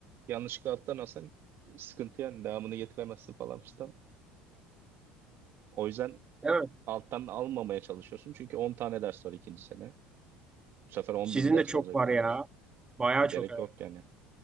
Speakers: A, on the right (about 45°); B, on the right (about 20°).
A: yanlışlıkla alttan alsan sıkıntı yani devamını getiremezsin falan filan. O yüzden
B: Evet.
A: alttan almamaya çalışıyorsun. Çünkü 10 tane ders var ikinci sene. Bu sefer 11
B: Sizin
A: ders
B: de çok
A: olacak
B: var
A: falan.
B: ya.
A: Yani
B: Bayağı
A: Gerek
B: çok evet.
A: yok yani.